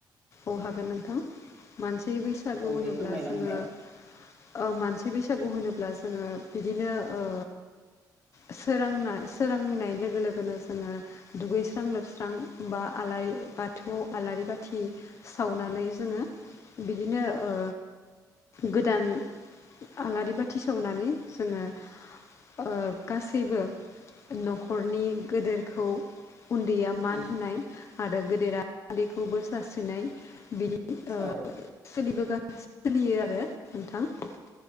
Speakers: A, on the left; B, on the right.
A: अह हागोन नोंथां मानसि बैसागु
B: औ
A: होनोब्ला
B: दे फोरमायलां
A: जोङो
B: होमबा
A: मानसि बैसागु होनोब्ला जोङो बिदिनो ओ सोरांना सोरांनाय लोगो लोगोनो जोङो दुगैस्रां लोबस्रां बा आलारि बाथौआव आलारि बाथि सावनानै जोङो बिदिनो ओ गोदान आलारि बाथि सावनानै जोङो ओ गासैबो न'खरनि गोदेरखौ उन्दैया मान
B: उम
A: होनाय आरो गेदेरा उनदैखौ बोर सारस्रिनाय बिनि बिदि ओ
B: औ
A: सोलियो आरो नोंथां <unintelligible>